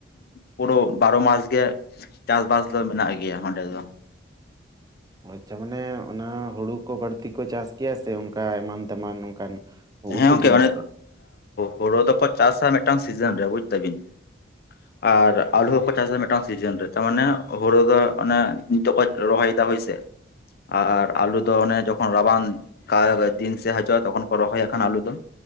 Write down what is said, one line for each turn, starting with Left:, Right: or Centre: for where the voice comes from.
Left: ᱯᱩᱨᱟᱹ ᱵᱟᱨᱚ ᱢᱟᱥ ᱜᱮ ᱪᱟᱥᱵᱟᱥ ᱫᱚ ᱢᱮᱱᱟᱜ ᱜᱮᱭᱟ ᱚᱸᱰᱮ ᱫᱚ᱾
Right: ᱟᱪᱪᱷᱟ ᱢᱟᱱᱮ ᱚᱱᱟ ᱦᱩᱲᱩ ᱠᱚ ᱵᱟᱹᱲᱛᱤ ᱠᱚ ᱪᱟᱥ ᱜᱮᱭᱟ? ᱥᱮ ᱚᱱᱠᱟ ᱮᱢᱟᱱ ᱛᱮᱢᱟᱱ ᱚᱱᱠᱟᱱ
Left: ᱦᱮᱸ
Right: ᱩᱛᱩ
Left: ᱜᱚᱝᱠᱮ
Right: ᱡᱤᱱᱤᱥ
Left: ᱚᱱᱮ
Right: ᱠᱚ
Left: ᱦᱩᱲᱳ ᱫᱚᱠᱚ ᱪᱟ ᱥᱟ ᱢᱮᱫᱴᱟᱝ ᱥᱤᱡᱟᱱ ᱨᱮ ᱵᱩᱡ ᱫᱟᱹᱵᱤᱱ <inaudible> ᱟᱨ ᱟᱞᱩ ᱦᱚᱸᱠᱚ ᱪᱟᱥᱫᱟ ᱢᱤᱫᱴᱟᱝ ᱥᱤᱡᱤᱱ ᱨᱮ ᱛᱟᱨᱢᱟᱱᱮ ᱦᱳᱲᱳ ᱫᱚ ᱚᱱᱮ ᱱᱤᱛᱚᱜ ᱠᱚ ᱨᱚᱦᱚᱭᱮᱫᱟ ᱦᱳᱭᱥᱮ᱾ ᱟᱨ ᱟᱞᱩ ᱫᱚ ᱚᱱᱮ ᱡᱚᱠᱷᱚᱱ ᱨᱟᱵᱟᱝ ᱠᱟᱜ ᱟᱭ ᱫᱤᱱ ᱥᱮᱫ ᱦᱤᱡᱩᱜ-ᱟ ᱛᱚᱠᱷᱚᱱ ᱠᱚ ᱨᱚᱦᱚᱭᱟ ᱠᱷᱟᱱ ᱟᱞᱩ ᱫᱚ